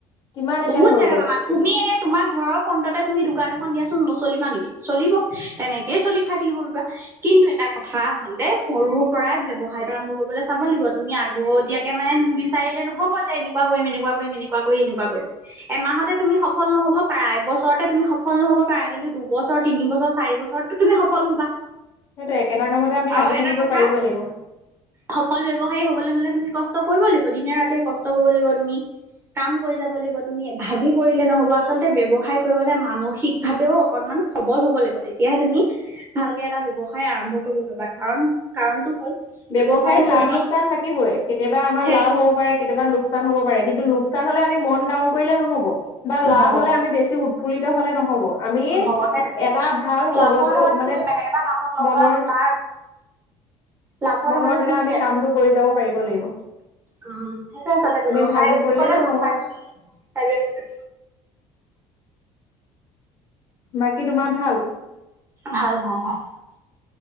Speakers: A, on the left (about 40°); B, on the right (about 25°).
A: কিমান এতিয়া
B: বহুত
A: হৈ
B: জেগা
A: গ'ল
B: বাবা তুমি এতিয়া তোমাৰ ঘৰৰ ফ্ৰটতে তুমি দোকান এখন দিয়া নচলিবা নেকি চলিব তেনেকেই চলি খাই থাকিব পিবা কিন্তু এটা কথা আচলতে সৰু তৰু পৰাই ব্যৱসায়টো আৰম্ভ কৰিবলৈ চাব লাগিব তুমি আগ এতিয়াকে মে তুমি বিচাৰিলে নহ'ব যে এনেকুৱা কৰিম এনেকুৱা ম এনেকুৱা কৰি এনে কৰিম এমাহতে তুমি সফল নহব পাৰা এবছৰতে তুমি সফল নহ'ব পাৰা কিন্তু দুবছৰ তিন বছৰ চাৰি বছৰতো তুমি সফল হবা
A: সেইটো একেটা কামতে আমি লাগি
B: আৰু
A: থাকিব
B: এটা কথা
A: পাৰিব লাগিব
B: সফল ব্যৱসায়ী হবলৈ হলে তুমি কষ্ট কৰিব লাগিব দিনে ৰাতিয়ে কষ্ট কৰিব লাগিব তুমি কাম কৰি যাব লাগিব তুমি ভাগি পৰিলে নহব আচলতে ব্ৱসায় কৰিবলে মানসিক ভাৱেও অকনমান সবল হব লাগিব তেতিয়াহে তুমি ভালকে এটা ব্যৱসায় আৰম্ভ কৰিব পাৰিবা কাৰণ কাৰণটো হ'ল
A: ব্যৱসায়ত
B: ব্যৱসায়টো
A: লাভ
B: কৰিব
A: লোকচান থাকিবই কেতিয়াবা আমাৰ
B: হেৰি
A: লাভ হব পাৰে কেতিয়াবা লোকচান হব পাৰে কিন্তু লোকচান হলে আমি মন ডাউন কৰিলে নহব বা
B: নহ'ব
A: লাভ হলে আমি বেছি উৎফুল্লিত হলে নহব আমি
B: নহ'বহে
A: এটা ভাল
B: লাভৰ
A: মগজুৰ
B: টকাটো
A: মানে
B: তুমি বেলেগ এটা লাভত লগোৱা
A: মনৰ
B: তাৰ লাভৰ
A: মনৰ
B: টকাটো
A: দ্বাৰা
B: তুমি
A: আমি কামটো কৰি যাব পাৰিব লাগিব
B: উম সেইটোে আচল ব্যৱসায়
A: আমি ভাগি
B: বুলি
A: পৰিলে
B: ক'লে
A: নহব
B: ব্যৱসায়টো সেইটোয়ে
A: বাকী তোমাৰ ভাল
B: ভাল ভাল ভাল